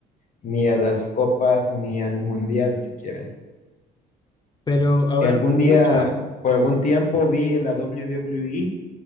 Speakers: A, on the left; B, on the left.
A: ni a las copas, ni al mundial siquiera.
B: Pero,
A: Y
B: a ver,
A: algún día,
B: pucha.
A: por algún tiempo vi la WWE,